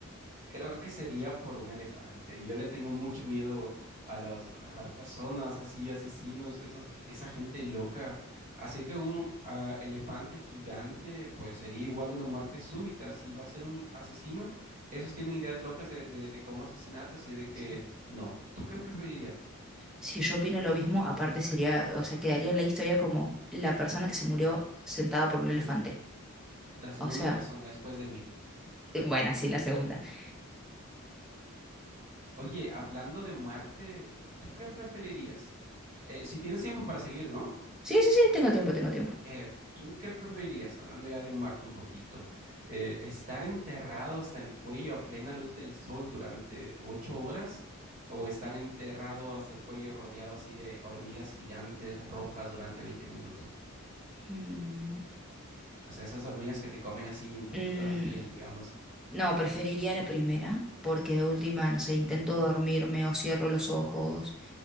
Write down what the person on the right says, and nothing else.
Creo que sería por un elefante. Yo le tengo mucho miedo a los, a las personas así, asesinos, esas, esa gente loca. Así que un ah, elefante gigante, pues sería igual una muerte súbita. Si va a ser un asesino, esos tienen ideas locas de, de, de cómo asesinarte, así de que
no. ¿Tú qué preferirías?
La segunda
persona después de mí.
Oye, hablando de muerte, ¿tú qué preferirías? Eh, si tienes tiempo para seguir, ¿no?
Eh, ¿tú qué preferirías, hablando ya de muerto un poquito, eh, estar enterrado hasta el cuello a plena luz del sol durante ocho horas o estar enterrado hasta el cuello rodeado así de hormigas gigantes rojas durante 20 minutos?
O sea, esas hormigas que te comen así un poquito
la piel, digamos.